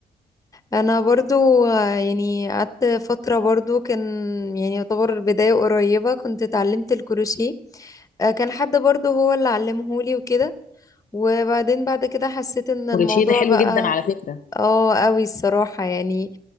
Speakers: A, on the left (about 20°); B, on the left (about 55°).
A: انا برضو آه، يعني قعدت فترة برضو كان يعني يعتبر بداية قريبة كنت اتعلمت الكروشيه آه، كان حد برضو هو اللي علمهولي وكده وبعدين بعد كده حسيت ان الموضوع
B: كروشيه ده حلو
A: بقى
B: جدا على فكره
A: اه قوي الصراحة يعني